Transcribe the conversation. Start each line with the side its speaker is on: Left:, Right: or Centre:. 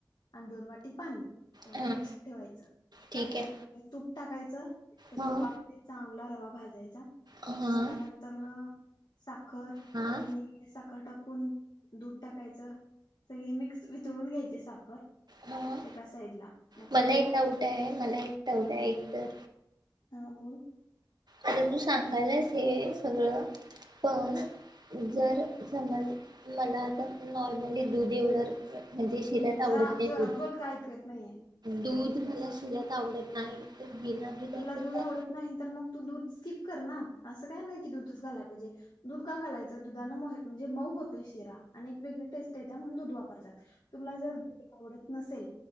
Left: आणि दोन वाटी पाणी एवढं
Right: हां
Left: लक्षात ठेवायचं.
Right: ठीक आहे
Left: आणि तूप टाकायचं. च. तर
Right: हां
Left: तुपामध्ये चांग गला रवा भाजायचा
Right: हां
Left: त्यानंतर न साखर
Right: हां
Left: आणि साखर टाकून दूध टाकायचं सगळी मिक्स वितळून घ्यायची साखर
Right: हां
Left: एका साइडला. मग
Right: मला
Left: परत
Right: एक डाउट आहे मला एक डाऊट आहे ऐक तर.
Left: हा बोल.
Right: आता तू सांगायलास हे सगळं पण जर समज मला आता नॉर्मली दूध एवढं म्हणजे शिऱ्यात आवडत
Left: जरा
Right: नाही
Left: जोरात
Right: दूध
Left: बोल का ऐकु येत नाहीये.
Right: दूध मला शिऱ्यात आवडत नाही. तर बिना दुधाचं
Left: तुला दूध
Right: काय
Left: आवडत नाही तर मग तू दूध स्किप कर ना असं काय नाही की दुधचं घालाय पाहिजे दूध का घालायचं दुधानने म म्हणजे मऊ होतं शिरा आणि एक वेगळी टेस्ट आहे त्या म्हणून दूध वापरत्यात. तुला जर दूध आवडत नसेल